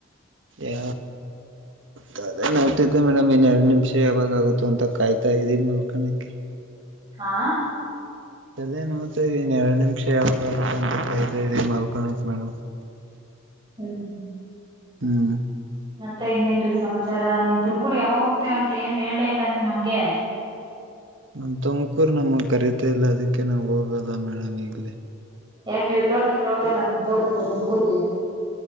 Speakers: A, on the right; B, on the right.
A: ಯ ತೆಲೆ ನೌತಿದೆ ಮೇಡಮ್ ಇನ್ ಎರಡ್ ನಿಮಿಷ ಯಾವಾಗ್ ಆಗುತ್ತೋ ಅಂತ ಕಾಯ್ತಾ <unintelligible> ರಿ ಮಲ್ಕಣಕ್ಕೆ.
B: ಕಾ
A: ತಲೆ ನೋಯ್ತಾ ಇದೆ ಇನ್ನ ಎರಡ್ ನಿಮಿಷ ಯಾವಾಗ ಆಗುತ್ತೆ ಅಂತ ಕಾಯ್ತಾ ಇದೀನಿ ಮಲ್ಕೋಣಕ್ ಮೇಡಮ್.
B: ಹ್ಮ್
A: ಹ್ಮ್
B: ಮತ್ತೆ ಇನ್ನೇನ್ರೀ ಸಮಾಚಾರ ನೀಮ್ಮಾ ತುಮಕೂರ್ಗೆ ಯಾವಾಗ ಹೋಗ್ತೀರಂತ ಏನು ಹೇಳಲೇ ಇಲ್ಲ ನೀವ್ ನಮ್ಗೆ.
A: ನಮ್ಮ ತುಮಕೂರು ನಮ್ಮ ಕರೀತ ಇಲ್ಲ ಅದಕ್ಕೆ ನಾವ್ ಹೋಗಲ್ಲ ಮೇಡಮ್ ಈಗ್ಲೆ.
B: ಯಾಕ ನೀವು ತೋಟ ದತ್ರ ಹೋಗಲ್ಲ ನಿಮ್ಮ್ ತೋಟದತ್ರ ತುಮಕೂರ್ಗೆ.